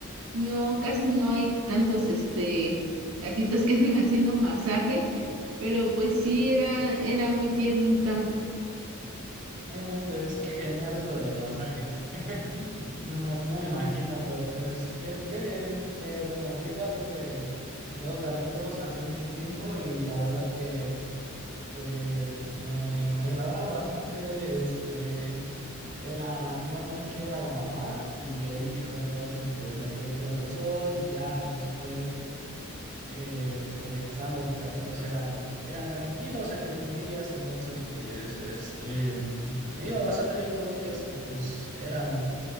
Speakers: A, on the right (about 75°); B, on the right (about 35°).
A: no, casi no hay tantos, este, gatitos que anden haciendo masaje, pero pues sí era, era muy tiernita.
B: No inventes, qué genial eso de los masajes. <laughs> No, no, no me imagino, pero pues qué, qué bien, qué bueno. Yo igual tuve dos gatitos hace mucho tiempo y la verdad que pues me, me agradaban bastante. Este era, bueno, es que era la mamá y el hijo, entonces pues me quedé con los dos y ya después eh, pues ambos gatitos eran, eran tranquilos, entre comillas, entonces pues este, mm, me iba bastante bien con ellos y pues eran,